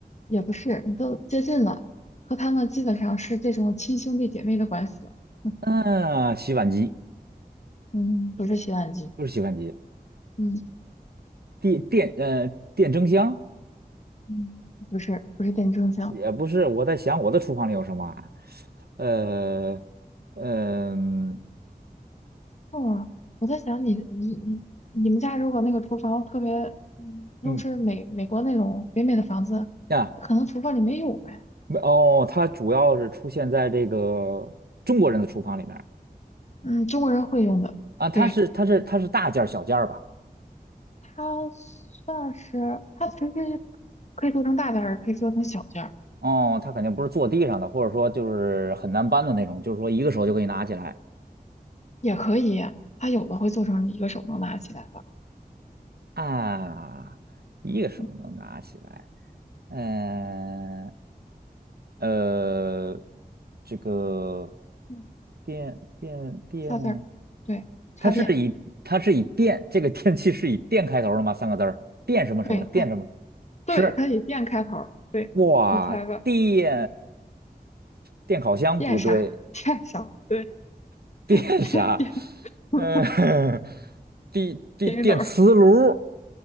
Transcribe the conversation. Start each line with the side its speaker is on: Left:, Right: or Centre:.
Left: 也不是，你都接近了，和他们基本上是这种亲兄弟姐妹的关系了，嗯
Right: 嗯、洗碗机
Left: 嗯，不是洗碗机，
Right: 就是洗碗机。
Left: 嗯
Right: 电电呃电蒸箱
Left: 嗯，不是不是电蒸箱。
Right: 也不是，我在想我的厨房里有什么啊？呃，嗯
Left: 哦，我在想你你你你们家如果那个厨房特别，嗯，如果是美美国那种北美的房子，
Right: 嗯啊，
Left: 可能厨房里没有呗。
Right: 没哦，它主要是出现在这个中国人的厨房里面儿
Left: 嗯，中国人会用的，
Right: 啊，它是它是它是大件儿小件儿吧？
Left: 对，它算是它其实可以做成大件儿，也可以做成小件儿，
Right: 哦，它肯定不是坐地上的，或者说就是很难搬的那种，就是说一个手就可以拿起来。
Left: 也可以，它有的会做成你一个手能拿起来的，
Right: 啊，一个手能拿起来，
Left: 嗯，
Right: 嗯，呃，这个
Left: 嗯，
Right: 电电电，
Left: 仨字儿，对，插电，
Right: 它是以它是以电这个电器是以电开头的吗？三个字儿，电什么什么电什么？
Left: 对它，对它以电开头儿，
Right: 是
Left: 对，
Right: 哇，
Left: 你猜吧，
Right: 电电烤箱不对，
Left: 电啥？<laughs> 电啥？对，
Right: <laughs> 电啥？
Left: <laughs> 电电 <laughs>
Right: 嗯，<laughs> 电电电磁炉。
Left: 电熨斗。